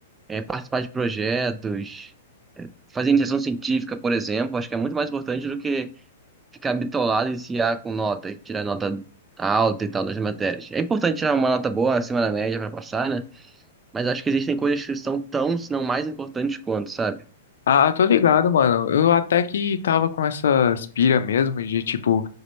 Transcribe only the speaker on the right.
é, participar de projetos, fazer iniciação científica, por exemplo, acho que é muito mais importante do que ficar bitolado e se ah, com nota, tirar nota alta e tal das matérias. É importante tirar uma nota boa acima da média para passar, né? Mas acho que existem coisas que são tão, se não mais importantes quanto, sabe?